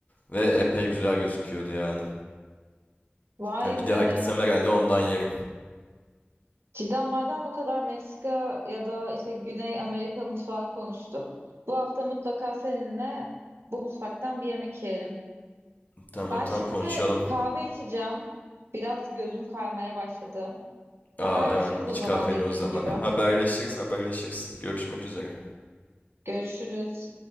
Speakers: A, on the left; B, on the right.
A: Ve epey güzel gözüküyordu yani.
B: Vay
A: Yani bir
B: be.
A: daha gitsem herhalde ondan yerim.
B: Cidden madem bu kadar Meksika ya da işte Güney Amerika mutfağı konuştuk. Bu hafta mutlaka seninle bu mutfaktan bir yemek yiyelim.
A: Tamam
B: Ben
A: tamam
B: şimdi
A: konuşalım.
B: kahve içeceğim. Biraz gözüm kaymaya başladı.
A: Aa,
B: Haberleşiriz
A: hemen iç
B: o zaman
A: kahveni
B: dediğim
A: o zaman.
B: gibi.
A: Haberleşiriz haberleşiriz. Görüşmek üzere.
B: Görüşürüz.